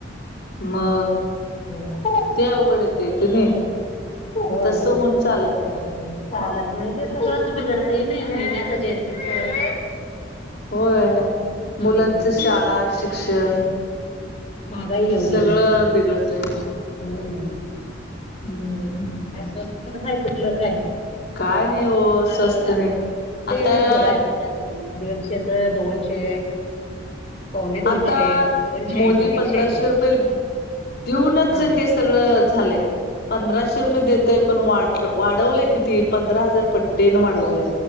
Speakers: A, on the left; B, on the left.
A: मग
B: हम्म.
A: ते अवघड येते. कुणी नाही
B: होय
A: तस होऊन चालत नाही.
B: चालत नाही ते सगळंच बिघडतं नाही महिन्याच जजमेंट सगळं.
A: होय
B: हम्म.
A: मुलांच शाळा शिक्षण
B: महागाई एवढी
A: सगळं बिघडतय
B: हम्म.
A: हम्म.
B: स्वस्त काय कुठलं काय
A: काय नाही हो स्वस्त
B: आता
A: नाही
B: तेलच
A: आता
B: बघायचं दीडशे तर दोनशे पावणे दोनशे
A: आता
B: दोनशे
A: मोदी
B: ऐंशी एकशे
A: पंधराशे
B: ऐंशी
A: रुपये देऊनच
B: हा
A: हे सगळ झाले. पंधराशे रुपये देतोय पण वाढ वाढवलंय किती पंधरा हजार पट्टेन वाढवलाय.